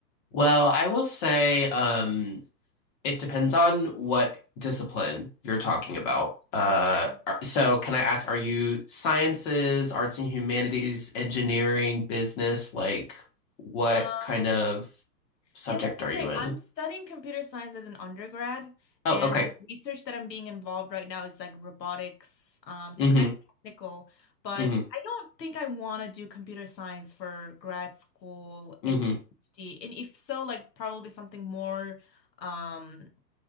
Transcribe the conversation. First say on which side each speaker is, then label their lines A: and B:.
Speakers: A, on the left; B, on the left.
A: Well, I will say, um, It depends on what discipline you're talking about. Uh,
B: True, yeah.
A: are- so can I ask, are you sciences, arts and humanities, engineering, business? Like, what
B: Um
A: kind of subject
B: Yeah, that's the
A: are you
B: thing.
A: in?
B: I'm studying computer science as an undergrad,
A: Oh,
B: and
A: okay.
B: the research that I'm being involved right now is like robotics, um, so
A: Mm-hmm.
B: kind of technical, but
A: Mm-hmm.
B: I don't think I want to do computer science for grad school
A: Mm-hmm.
B: and PhD. And if so, like probably something more um